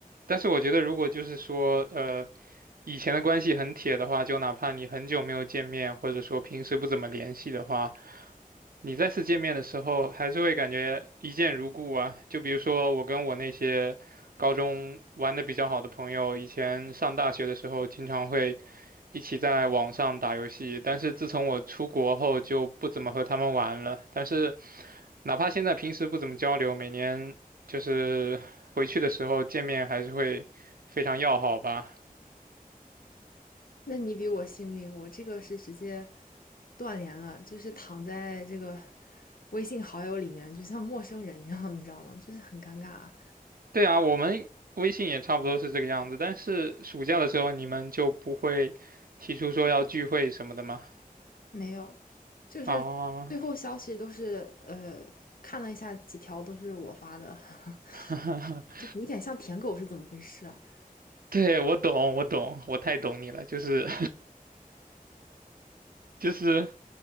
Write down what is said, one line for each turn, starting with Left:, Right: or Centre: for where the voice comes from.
Right: 但是我觉得，如果就是说，呃，以前的关系很铁的话，就哪怕你很久没有见面，或者说平时不怎么联系的话，你再次见面的时候，还是会感觉一见如故啊。就比如说我跟我那些高中玩的比较好的朋友，以前上大学的时候经常会一起在网上打游戏，但是自从我出国后就不怎么和他们玩了。但是哪怕现在平时不怎么交流，每年就是。回去的时候见面还是会非常要好吧？
Left: 那你比我幸运，我这个是直接断联了，就是躺在这个 <laughs> 微信好友里面，就像陌生人一样，你知道吗？就是很尴尬。
Right: 对啊，我们微信也差不多是这个样子，但是暑假的时候你们就不会提出说要聚会什么的吗？
Left: 没有，就是最后消息都是呃，
Right: 啊，
Left: 看了一下几条都是我发的，<laughs>
Right: <laughs>
Left: 就有点像舔狗是怎么回事啊？
Right: 对，我懂，我懂，我太懂你了，就是 <laughs> 就是